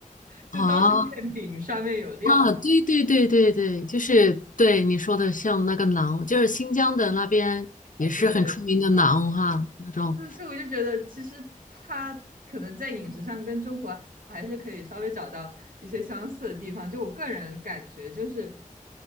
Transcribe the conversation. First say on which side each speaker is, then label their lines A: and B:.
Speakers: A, on the right; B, on the left.
A: 就当是面饼上面有料嘛，
B: 哦，啊，对对对对对，就是对你说的，像那个馕，就是新疆的那边也是很出名的馕哈，
A: 对，
B: 那种。
A: 对，所以我就觉得，其实他可能在饮食上跟中国还是可以稍微找到一些相似的地方。就我个人感觉，就是